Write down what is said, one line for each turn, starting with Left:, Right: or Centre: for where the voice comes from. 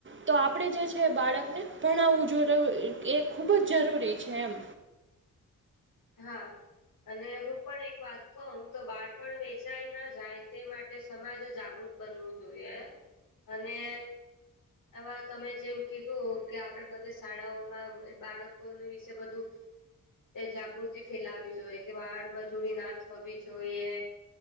Right: તો આપણેે જે છે બાળકને ભણાવવું જો એ ખુબ જ જરૂરી છે એમ.
Left: હા. અને હું પણ એક વાત કહું તો બાળપણ વેચાય ના જાય તે માટે સમાજ જાગૃત. બનવું જોઈએ અને. આવા તમે જેમ કીધું કે આપડે બધી શાળાઓમાં બાળકો વિશે બધું. એ જાગૃતિ ફેલાવી જોઈએ કે વાળ મજૂરી ના થવી જોઈએ.